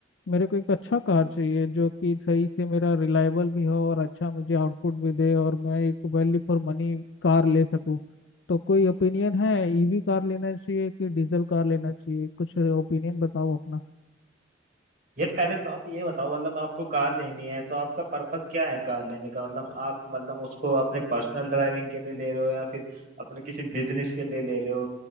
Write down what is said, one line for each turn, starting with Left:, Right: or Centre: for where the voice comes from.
Left: मेरे को एक अच्छा कार चाहिए जो कि सही से मेरा रिलायबल भी हो और अच्छा मुझे आउटपुट भी दे और मैं एक वैल्यू फॉर मनी कार ले सकूँ तो कोई ओपिनियन है ईवी कार लेना चाहिए कि डीजल कार लेना चाहिए कुछ ओपिनियन बताओ अपना
Right: यार पहले तो आप ये बताओ मतलब आपको कार लेनी है तो आपका पर्पस क्या है कार लेने का मतलब आप मतलब उसको अपने पर्सनल ड्राइविंग के लिए ले रहे हो या फिर अपने किसी बिजनेस के लिए ले रहे हो